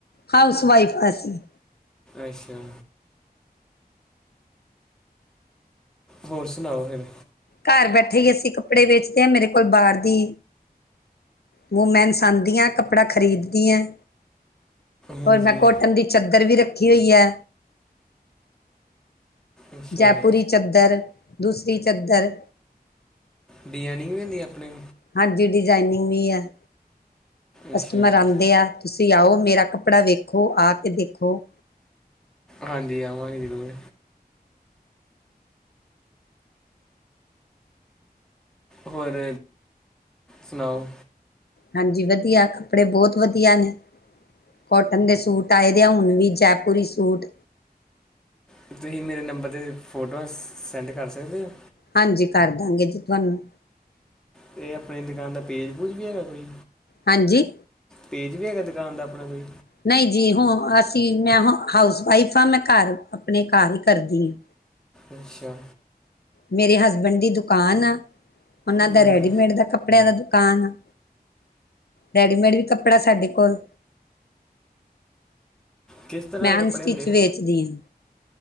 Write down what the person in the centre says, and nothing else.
ਅੱਛਾ। ਹੋਰ ਸੁਣਾਓ ਫਿਰ?
ਹਾਂਜੀ
ਅੱਛਾ
ਡੀਆਨਿੰਗ ਵੀ ਹੁੰਦੀ ਆਪਣੇ।
ਅੱਛਾ
ਹਾਂਜੀ ਆਵਾਂਗੇ ਜ਼ਰੂਰ। ਹੋਰ, ਸੁਣਾਓ?
ਤੁਸੀਂ ਮੇਰੇ ਨੰਬਰ ਤੇ ਫੋਟਆ ਸੈਂਡ ਕਰ ਸਕਦੇ ਹੋ?
ਤੇ ਆਪਣੀ ਦੁਕਾਨ ਦਾ ਪੇਜ-ਪੂਜ ਵੀ ਹੈਗਾ ਕੋਈ?
ਪੇਜ ਵੀ ਹੈਗਾ ਦੁਕਾਨ ਦਾ ਆਪਣਾ ਕੋਈ?
ਅੱਛਾ।
ਹੂੰ
ਕਿਸ ਤਰ੍ਹਾਂ
ਦੇ ਕੱਪੜੇ
ਹੁੰਦੇ,